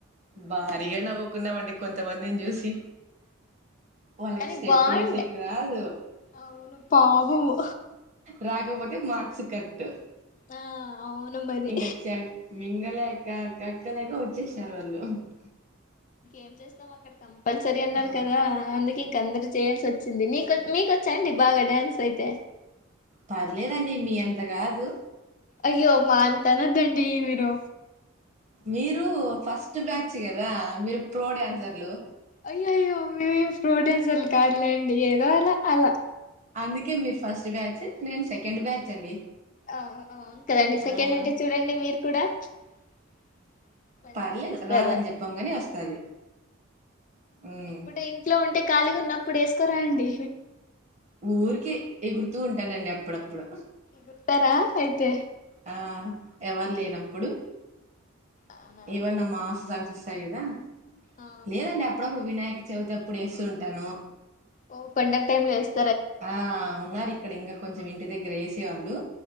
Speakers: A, on the right; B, on the left.
A: భారీగా నవ్వుకున్నామండి కొంతమందిని చూసి వాళ్ళకి
B: కానీ
A: స్టెప్పులు
B: బాగుండ
A: ఏసేకి రాదు.
B: అవును పాపము
A: రాకపోత్ మాక్స్ కట్
B: ఆ అవును మది
A: ఇంకా చ మింగలేక కక్కలేక వచ్చేస్న <unintelligible>
B: ఏం చేస్తాం అక్కడ కం ప్పల్ సరి అన్నర్
A: ఆ
B: కదా అందిక్ ఇంక అందరు చేయాల్సి వచ్చింది నీకొచ్ మీకొచ్చా అండి బాగా డ్యాన్స్ అయితే
A: పర్లేదండి మీ అంత కాదు
B: అయ్యో మా అంత అనొద్దండి మీరు
A: మీరు ఫస్ట్ బ్యాచ్ కదా మీరు ప్రో డాన్సర్లు
B: అయ్యాయ్యో మేమేం ప్రోడెన్సెల్ కాదులేం ఏదో అలా అలా
A: అందుకే మీరు ఫస్ట్ బ్యాచ్ నేను సెకండ్ బ్యాచ్ అండి
B: అవును కదండి సెకండ్
A: ఆ
B: అంటే చూడండి మీరు కూడ <inaudible> మంచిగ
A: పర్లేదు
B: చేస్తారా
A: రాదని చెప్పాం గాని వస్తది ఉమ్.
B: ఇప్పుడు ఇంట్లో ఉంటే ఖాళీగా ఉన్నప్పుడు ఏసుకోన్ రండి
A: ఊరికే ఎగురుతూ ఉంటానండి అప్పుడప్ పుడు
B: గుర్తారా అయితే
A: ఆ ఎవరు లేనప్పుడు
B: అవునా
A: ఏవైన మాస్ సాంగ్స్ ఒస్తయ్ గదా
B: ఆ
A: లేదండి అప్పుడప్పుడు వినాయక్ చవితప్పుడు వేస్తూ ఉంటాను
B: ఓ పండగ్ టైమ్లో ఏస్
A: ఆ ఉన్నారిక్కడ ఇంగ కొంచెం ఇంటి దగ్గర వేసేవాళ్ళు